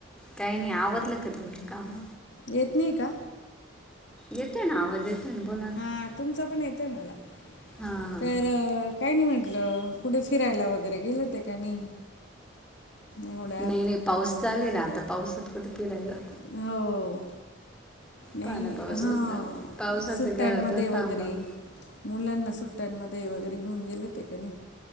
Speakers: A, in the centre; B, on the left.
A: काही नाही आवरला का तुमचं काम.
B: येत नाही का.
A: येतोय ना आवाज येतोय ना बोला. ना
B: हा तुमचा पण येतोय मला
A: हां
B: तर काय नाही म्हटलं. कुठे फिरायला वगैरे गेलं ते काणी एवड्यात.
A: नाही नाही पाऊस चालू राहतं पावसात कुठे फिरायला.
B: हो नाही
A: पाण्या पावसाचं
B: हा
A: पावसाचं
B: सुट्ट्यांमध्ये
A: घरातच
B: वगैरे.
A: थांबावं.
B: मुलांना सुट्ट्यांमध्ये वगैरे घेऊन गेले हो ते नाही.